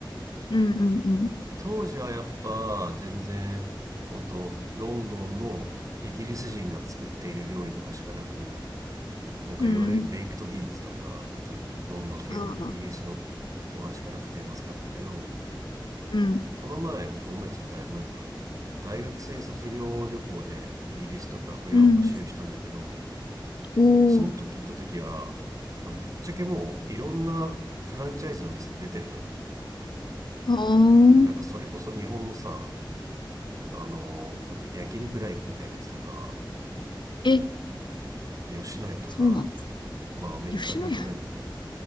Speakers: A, on the left; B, on the right.
A: うん、うん。
B: で当時はやっぱ全然、本当ロンドンのイギリス人が作っている料理とかしかなく、なんかいわゆるベイクトビーンズとか、
A: うん
B: なんかロンドン系のイギリスのご飯しかなくてまずかったけど、
A: ああ、うん、
B: この前、もうこの前っつってもだいぶ前か。大学生卒業旅行でイギリスとか、まあ、ヨーロッパ周遊したんだけど、
A: うん。おー、
B: その時行った時は、まあぶっちゃけもういろんなフランチャイズの店出てるのよ。
A: ああ。
B: なんかそれこそ日本のさ、あの、なんだっけ、焼肉ライクみたいなやつとか、
A: え、
B: 吉野家とか、
A: そうなの
B: まあアメリカで言うと何
A: 吉野家。